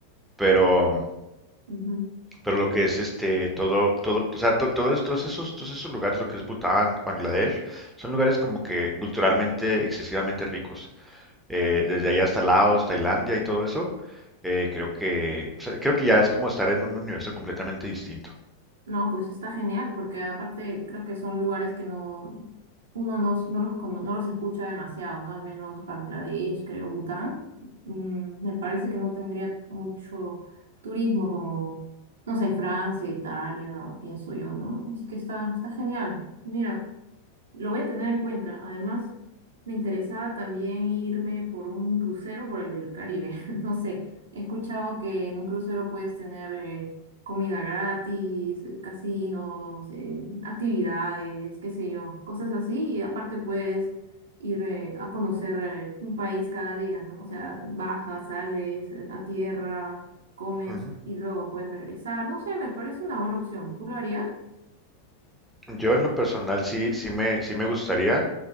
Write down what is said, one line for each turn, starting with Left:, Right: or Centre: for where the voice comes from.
Centre: Pero,
Right: ujú.
Centre: pero lo que es este, todo, todo, o sea, to- todos, todos esos, todos esos lugares, lo que es Bután, Bangladesh, son lugares como que culturalmente excesivamente ricos eh, desde allá hasta Laos, Tailandia y todo eso, eh, creo que, o sea, creo que ya es como estar en un universo completamente distinto.
Right: No, pues está genial, porque aparte creo que son lugares que no uno no, no los, cono- no los escucha demasiado, ¿no? Al menos Bangladesh, creo, Bután. Mm, me parece que no tendría mucho turismo como, no sé, Francia, Italia, pienso yo, ¿no? Así que está, está genial. Mira. Lo voy a tener en cuenta. Además, me interesaba también irme por un crucero por el Caribe. <laughs> No sé, he escuchado que en un crucero puedes tener eh, comida gratis, eh, casinos, eh, actividades, qué sé yo, cosas así. Y aparte puedes ir eh, a conocer eh, un país cada día, ¿no? O sea, bajas, sales eh, a tierra, comes
Centre: Ujú.
Right: y luego puedes regresar. No sé, me parece una buena opción. ¿Tú lo harías?
Centre: Yo en lo personal sí, sí me, sí me gustaría,